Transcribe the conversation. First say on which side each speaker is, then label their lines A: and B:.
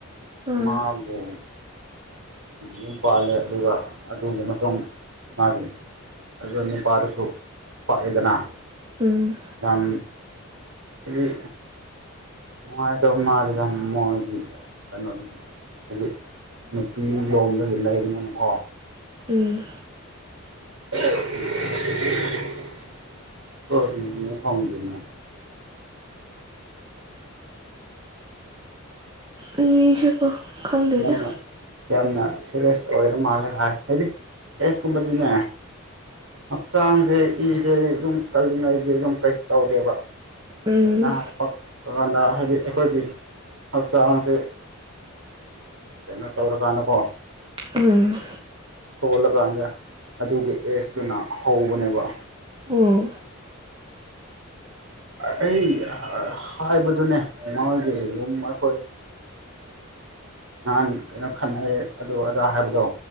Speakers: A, on the right; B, on the right.
A: ꯎꯝ ꯎꯝ
B: ꯃꯥꯕꯨ ꯌꯨꯝ ꯄꯥꯜꯂꯦ ꯑꯗꯨꯒ ꯑꯗꯨꯒꯤ ꯃꯇꯨꯡ ꯃꯥꯒꯤ ꯑꯗꯨ ꯅꯨꯄꯥꯗꯨꯁꯨ ꯄꯥꯛꯑꯦꯗꯅ
A: ꯎꯝ
B: ꯌꯥꯝꯝ ꯑꯗꯨꯗꯒꯤ ꯅꯨꯡꯉꯥꯏꯇꯕ ꯃꯥꯜꯂꯤꯗ ꯃꯣꯏꯒꯤ ꯀꯩꯅꯣꯗꯨꯁꯨ ꯍꯥꯏꯗꯤ ꯅꯨꯄꯤ ꯂꯣꯝꯗꯒꯤ ꯂꯩꯕꯅꯤꯅꯀꯣ
A: ꯎꯝ
B: <unintelligible> ꯑ ꯍꯣꯣꯡꯗꯅ
A: ꯃꯤꯁꯦꯀꯣ ꯈꯪꯗꯦꯗ
B: ꯑꯗꯨ ꯌꯥꯝꯅ ꯐ꯭ꯔꯦꯁ ꯑꯣꯏꯔ ꯃꯥꯜꯂꯦ ꯍꯥꯏ ꯍꯥꯏꯗꯤ ꯑꯦꯁꯀꯨꯝꯕꯗꯤꯅꯦ ꯍꯛꯆꯥꯡꯁꯦ ꯏꯁꯁꯦ ꯑꯗꯨꯝ ꯀꯜꯂꯤꯉꯩꯗꯤ ꯑꯗꯨꯝ ꯀꯩꯁꯨ ꯇꯧꯗꯦꯕ
A: ꯎꯝ
B: ꯂꯩꯥꯏꯅꯥ ꯄꯛꯄꯀꯥꯟꯗ ꯍꯥꯏꯕꯗꯤ ꯑꯩꯈꯣꯏꯒꯤ ꯍꯛꯆꯥꯡꯁꯤ ꯀꯩꯅꯣ ꯇꯧꯔꯀꯥꯟꯗꯀꯣ
A: ꯎꯝ
B: ꯁꯣꯜꯂꯀꯥꯟꯗ ꯑꯗꯨꯒꯤ ꯑꯦꯖꯇꯨꯅ ꯍꯧꯕꯅꯦꯕ
A: ꯎꯝ
B: ꯑꯩ ꯍꯥꯏꯕꯗꯨꯅꯦ ꯃꯣꯏꯒꯤ ꯌꯨꯝ ꯑꯩꯈꯣꯏ ꯅꯍꯥꯟ ꯀꯩꯅꯣ ꯈꯅꯩ ꯑꯗꯨ ꯑꯗꯥ ꯍꯥꯏꯕꯗꯣ